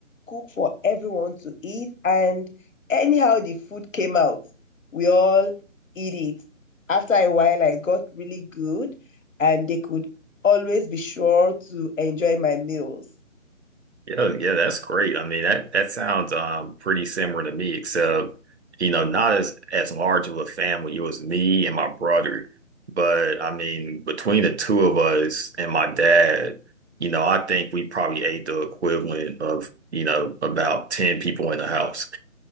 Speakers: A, on the left; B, on the right.
A: cook for everyone to eat. And anyhow, the food came out. We all eat it. After a while, I got really good and they could always be sure to enjoy my meals.
B: Yeah, yeah, that's great. I mean, that that sounds um pretty similar to me, except you know, not as as large of a family. It was me and my brother, but I mean, between the two of us and my dad, you know, I think we probably ate the equivalent of you know about ten people in the house.